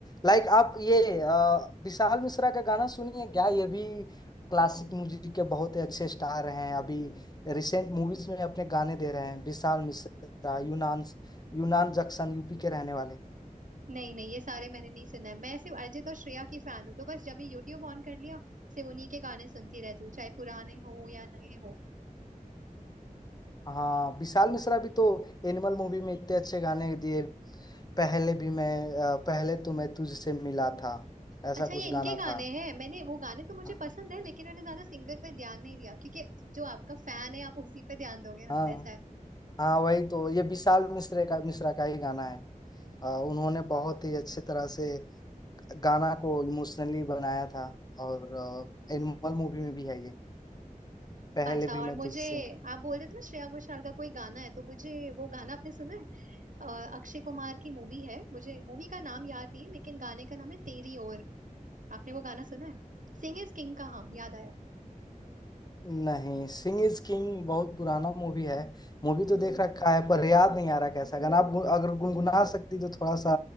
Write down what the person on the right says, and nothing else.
नहीं नहीं ये सारे मैंने नहीं सुना है मैं सिर्फ अरिजीत और श्रेया की फैन हूँ तो बस जब भी यूट्यूब ऑन कर लिया सिर्फ उन्हीं के गाने सुनती रहती हूँ चाहे पुराने हो या नए हो
अच्छा
ये इनके
गाने
हैं मैंने वो गाने तो मुझे
पसंद है लेकिन मैंने ज्यादा सिंगर पे ध्यान नहीं दिया क्योंकि जो आपका फैन है आप उसी पे ध्यान दोगे ना
वैसा है
अच्छा
और
मुझे
आप बोल रहे थे ना श्रेया घोषाल का कोई गाना है तो मुझे वो गाना आपने सुना है अ, अक्षय कुमार की मूवी है मुझे मूवी का नाम याद नहीं है लेकिन गाने का नाम है तेरी ओर आपने वो गाना सुना है सिंग इज किंग का हाँ याद आया